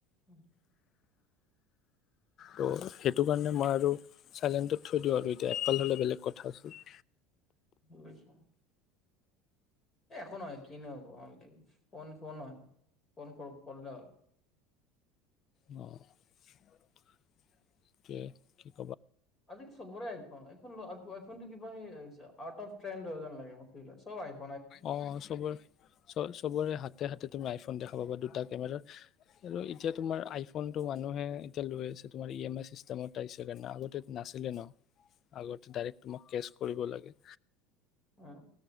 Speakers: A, on the left; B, on the left.
A: উম
B: ত' সেইটো কাৰণে মই আৰু চাইলেণ্টত থৈ দিওঁ আৰু এতিয়া আপেল হ'লে বেলেগ কথা আছিল।
A: বুজিছো একো নহয় কিনো হব ফোন ফোন হয় ফোন কৰ কৰিলে হ'ল।
B: অ, সেইটোৱে
A: আজিকালি চবৰে আইফোন আইফোন লোৱা আইফোনটো কিবা সেই আউট অফ ট্ৰেণ্ড হয় জেন লাগে বস্তুবিলাক চব আই ফোন।
B: অ চবৰে চবৰে হাতে হাতে তুমি আইফোন দেখা কাৰুবা দুটা কেমেৰাৰ আৰু এতিয়া তোমাৰ আইফোনটো মানুহে এতিয়া লৈ আছে তোমাৰ ই এম আই চিষ্টেমত আহিছে কাৰণে আগতে নাছিলে ন আগতে ডাইৰেক্ট তোমাক কেচ কৰিব লাগে।
A: উম